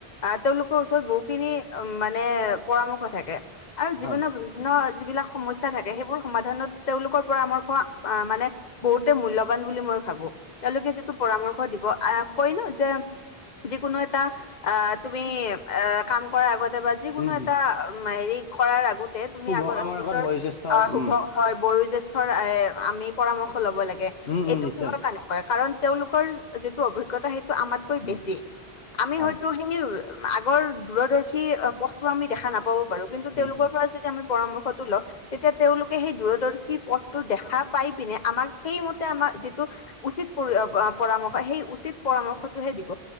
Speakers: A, on the left; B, on the left.
A: আহ তেওঁলোকৰ ওচৰত বহুখিনি অ মানে পৰামৰ্শ থাকে আৰু জীৱনৰ
B: হয়
A: ন যিবিলাক সমস্যা থাকে সেইবোৰ সমাধানত তেওঁলোকৰ পৰামৰ্শ আহ মানে বহুতে মূল্যৱান বুলি মই ভাবো, তেওঁলোকে যিটো পৰামৰ্শ দিব আহ কয় ন যে যিকোনো এটা আ তুমি আ কাম কৰাৰ আগতে বা যিকোনো
B: উম, হম,
A: এটা মা হেৰি কৰাৰ আগতে তুমি
B: শুভ
A: আগত
B: কামৰ
A: নিজৰ
B: বয়োজ্যেষ্ঠৰ
A: আহ শুভ
B: উম
A: হয় বয়োজ্যেষ্ঠৰ এ আমি পৰামৰ্শ লব লাগে,
B: উম
A: এইটো
B: উম নিশ্চয়
A: কিহৰ কাৰণে? কয় কাৰণ তেওঁলোকৰ যিটো অভিজ্ঞতা সেইটো আমাতকৈ
B: উম
A: বেছি, আমি
B: হয়
A: হয়তো <unintelligible> আগৰ দূৰদৰ্শী অ পথটো আমি দেখা নাপাব পাৰো কিন্তু
B: উম
A: তেওঁলোকৰ
B: উম
A: পৰা যদি আমি পৰামৰ্শটো লও এতিয়া তেওঁলোকে সেই দূৰদৰ্শী পথটো দেখা পাই পিনে আমাক সেইমতে আমাৰ যিটো উচিত পৰি <unintelligible> পৰামৰ্শ, সেই উচিত পৰামৰ্শটোহে দিব।